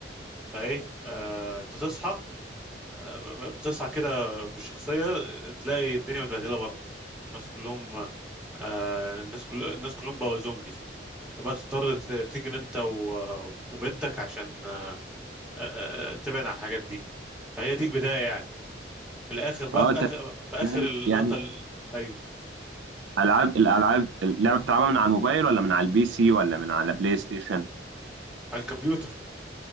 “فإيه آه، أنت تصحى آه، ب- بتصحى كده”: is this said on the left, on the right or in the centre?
Centre